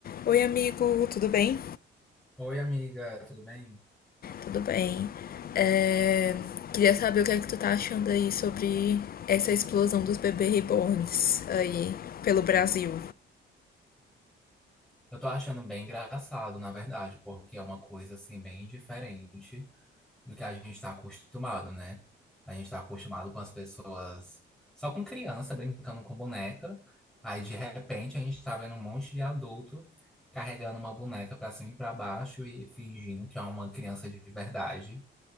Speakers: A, on the left; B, in the centre.
A: Oi, amigo, tudo bem?
B: Oi, amiga, tudo bem?
A: Tudo bem. É, Queria saber o que é que tu tá achando aí sobre essa explosão dos bebês reborns aí pelo Brasil.
B: Eu tô achando bem engraçado, na verdade, porque é uma coisa assim bem diferente do que a gente está acostumado, né? A gente está acostumado com as pessoas só com criança brincando com boneca, aí de repente a gente tá vendo um monte de adulto carregando uma boneca pra cima e pra baixo e fingindo que é uma criança de verdade.